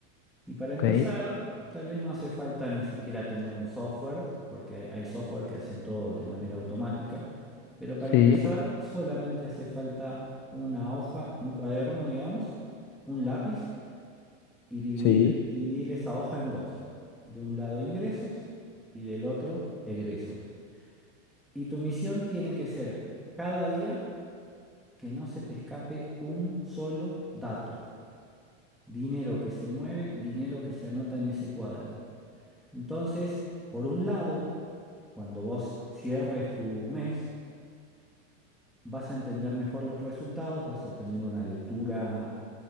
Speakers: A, in the centre; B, on the left.
A: Y para empezar,
B: Ok,
A: tal vez no hace falta ni siquiera tener un software, porque hay, hay software que hacen todo de manera automática, pero para
B: sí,
A: empezar solamente hace falta una hoja, un cuaderno, digamos, un lápiz y dividir,
B: sí.
A: dividir esa hoja en dos. De un lado ingresos y del otro egresos. Y tu misión tiene que ser cada día que no se te escape un solo dato. Dinero que se mueve, dinero que se anota en ese cuaderno. Entonces, por un lado, cuando vos cierres tu mes, vas a entender mejor los resultados, vas a tener una lectura